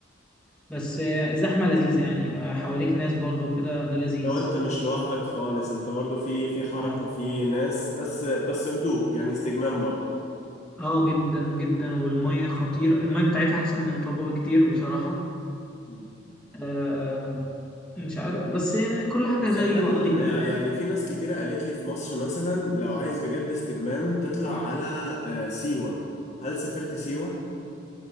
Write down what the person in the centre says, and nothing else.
بس آه، زحمة لذيذة يعني يبقى حواليك ناس برضه كده ده لذيذ
اه
اه جدا جدا والمية خطيرة المية بتاعتها احسن من طابة بكتير بصراحة
آه مش عارف بس آه، كل حاجة
زي
بعضيها